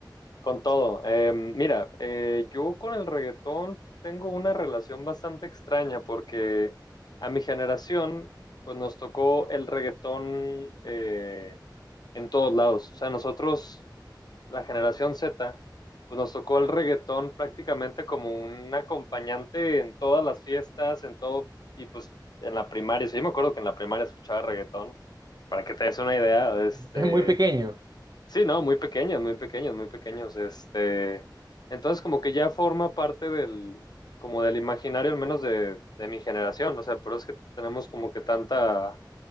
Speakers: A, on the left; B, on the right.
A: con todo. eh, mira, eh, yo con el reggaetón tengo una relación bastante extraña porque a mi generación, pues nos tocó el reggaetón eh, en todos lados. O sea, nosotros la generación Z, pues nos tocó el reggaetón prácticamente como un acompañante en todas las fiestas, en todo, y pues en la primaria, sí, yo me acuerdo que en la primaria escuchaba reggaetón, para que te des una idea, este,
B: Es muy pequeño.
A: sí, no, muy pequeños, muy pequeños, muy pequeños, este, entonces como que ya forma parte del, como del imaginario al menos de, de mi generación, o sea, pero es que tenemos como que tanta,